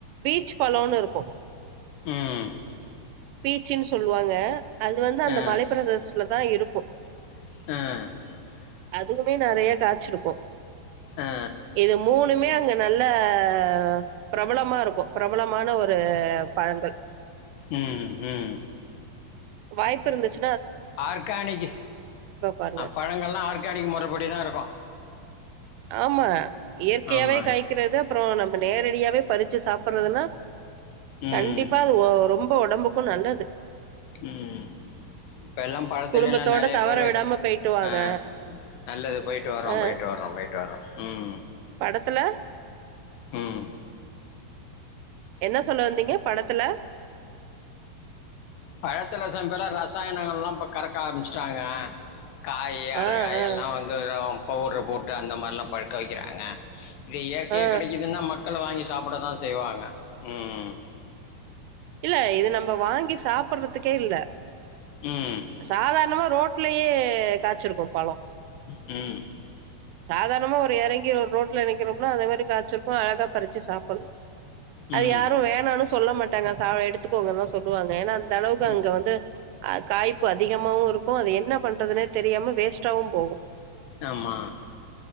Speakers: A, on the right (about 90°); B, on the left (about 85°).
A: பீச் பழனோம்னு இருக்கும்
B: உம்
A: பிச்சினு சொல்லுவாங்க அது வந்து அந்த
B: ஆ
A: மலைப்பிரதேசல <inaudible> இருக்கும்
B: <inaudible>
A: அதுவுமே நேரிய காய்ச்சியிருக்கும்
B: ஆ
A: இது மூணுமே அங்க நல்லா ஹா.... பிரபலமா இருக்கும் பிரபலமான ஒரு பழங்கள்
B: ம் ம்
A: வாய்ப்பு இருந்துச்சு
B: ஆர்கானிக்
A: பாருங்க
B: ஆ பழங்கள்லாம் ஆர்கானிக் முறைப்படி தான் இருக்கும்
A: ஆமா இயற்கையாவே
B: ஆமா.
A: காய்கறதா அப்புறம் நம்ம நேரடியாவே பறிச்சு சாப்பிடறதுன்னா
B: ம்.
A: கண்டிப்பா அது ரொம் ரொம்ப ஒடம்புக்கும் நல்லது
B: உம் இப்ப எல்லாம் படத்திலேலாம்
A: குடும்பத்தோட
B: நிறைய
A: தவற
B: பேரு
A: விடாம போயிட்டு வாங்க
B: ஆஹ் நல்லது போயிட்டு வரோம்
A: அ
B: போயிட்டு வரோம் போயிட்டு வரோம் ம்
A: படத்துல
B: ம்.
A: என்ன சொல்ல வந்தீங்க படத்துல
B: பழத்துல சம்பேருல ரசாயனங்கலாம் இப்ப கறக்க ஆரம்பிச்சுட்டாங்க காய் அரகாய்
A: ஆ ஆ
B: எல்லாம் வந்துரும் பவுடர் போட்டு அந்த மாரிலாம் பழுக்க வைக்கிறாங்க இது இயற்கையாக
A: ஆ
B: கிடைக்குதுன்னா மக் மக்கள் வாங்கி சாப்பிட தான் செய்வாங்க ம்ம்
A: இல்ல இது நம்ம வாங்கி சாப்படுறதுக்கே இல்ல
B: ம்.
A: சாதாரணமா ரோட்லயே காய்ச்சியிருக்கோம் பழம்
B: ம்
A: சாதாரணமா ஒரு இறங்கி ஒரு ரோட்டுல நிக்கிறோம்னா அதேமாரி காய்ச்சியிருக்கும் அழகா பறிச்சு சாப்பிடலாம் அது
B: ம்.
A: யாரும் வேணான்னு சொல்ல மாட்டாங்க சாவே எடுத்துக்கங்க தான் சொல்லுவாங்க ஏன்னா அந்த அந்த அளவுக்கு
B: ம்.
A: அங்க வந்து அஹ் காய்ப்பு அதிகமாவும் இருக்கும் அது என்ன பண்றதுன்னே தெரியாம வேஸ்ட்டாவும் போகும்
B: ஆமா